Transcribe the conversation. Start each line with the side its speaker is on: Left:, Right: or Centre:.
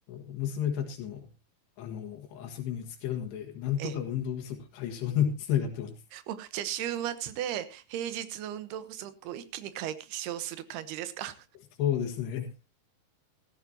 Left: う娘たちの、あの、遊びに付き合うので、なんとか運動不足解消につながってます。
Right: ええ。お、じゃあ週末で平日の運動不足を一気に解消する感じですか <laughs>
Left: そうですね。